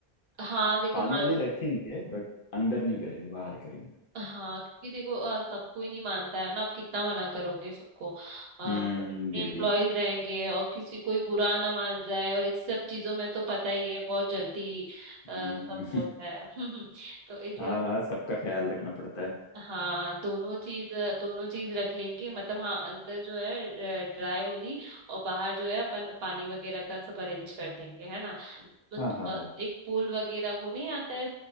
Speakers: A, on the right (about 70°); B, on the left (about 60°).
A: हाँ देखो
B: पानी
A: मान
B: वाले
A: लो
B: रखेंगे बट अंदर नहीं करेंगे बाहर करेंगे
A: हाँ क्योंकि देखो अ, सबको ही नहीं मानता है ना आप कितना मना करोगे सबको अ,
B: हम्म
A: इतने
B: ये
A: एम्प्लॉयज
B: भी है
A: रहेंगे और किसी कोई बुरा ना मान जाए और इस सब चीजों में तो पता ही है बहुत जल्दी
B: हम्म
A: अ, सब होता है <laughs> तो
B: <laughs>
A: इसीलिए
B: हाँ हाँ सबका ख्याल रखना पड़ता है
A: हाँ दोनों चीज दोनों चीज रख लेंगे मतलब हाँ अंदर जो है ड्राई होली और बाहर जो है अपन पानी वगैरह का सब अरेंज कर देंगे है ना मत-
B: हाँ हाँ
A: अ,
B: हाँ
A: एक पूल वगैरह वो नहीं आता है